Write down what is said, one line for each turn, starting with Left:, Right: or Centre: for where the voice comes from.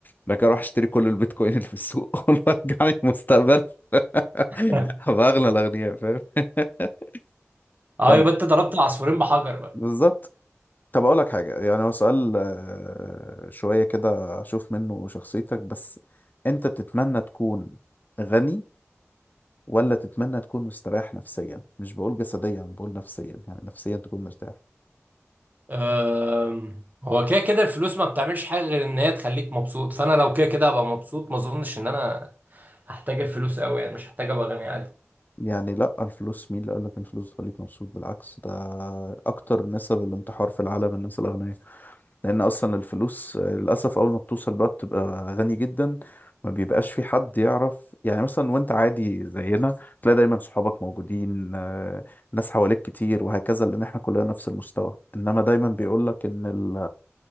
Left: بعد كده اروح اشتري كل البيتكوين اللي في السوق <laughs> اقول له رجعني المستقبل <laughs>
Right: <laughs>
Left: هبقى اغنى الاغنياء فاهم <laughs>
Right: اه
Left: طب
Right: يبقى انت ضربت العصفورين بحجر بقى
Left: بالظبط طب اقول لك حاجة يعني هو سؤال آه، شوية كده اشوف منه شخصيتك بس انت تتمنى تكون غني ولا تتمنى تكون مستريح نفسيا مش بقول جسديا بقول نفسيا يعني نفسيا تكون مرتاح
Right: آم، هو كده كده الفلوس ما بتعملش حاجه غير ان هي تخليك مبسوط فانا لو كده كده هبقى مبسوط ما اظنش ان انا هحتاج الفلوس قوي يعني مش هحتاج ابقى غني عادي
Left: يعني لا الفلوس مين اللي قال لك إن الفلوس بتخليك مبسوط بالعكس ده اكتر نسب الانتحار في العالم الناس الاغنياء لان اصلا الفلوس آه، للاسف اول ما بتوصل بقى بتبقى غني جدا ما بيبقاش في حد يعرف يعني مثلا وانت عادي زينا تلاقي دايما صحابك موجودين آه، ناس حواليك كتير وهكذا لان احنا كلنا نفس المستوى انما دايما بيقول لك ان ال